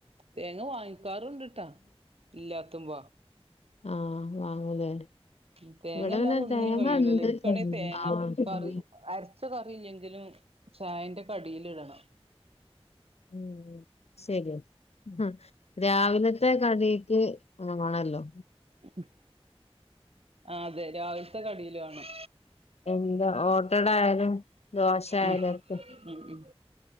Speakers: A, on the right; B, on the left.
A: തേങ്ങ വാങ്ങിക്കാറുണ്ട്ട്ട ഇല്ലാത്തുമ്പോ
B: ആ വാങ്ങൂലേ
A: ഉം
B: ഇവിടെ
A: തേങ്ങ ല്ലാതെ
B: പിന്നെ
A: ഒന്നിനും
B: തേങ്ങ
A: കഴിയൂ ലല്ലോ
B: ഇണ്ട്
A: ഇൻക്കാണെ തേങ്ങ
B: ആഹ്
A: കറി അരച്ച കറിയില്ലെങ്കിലും ചായന്റെ കടീലി ടണം
B: ഉം ശെരിയാ ആ രാവിലെ ത്തെ കടീക്ക് മാണല്ലോ
A: ഉം ആ അതെ രാവില്ത്തെ കടീല് വാണം
B: എന്താ ഓട്ടടായാലും ദോശയാലൊക്കെ
A: ഉം ഉം ഉം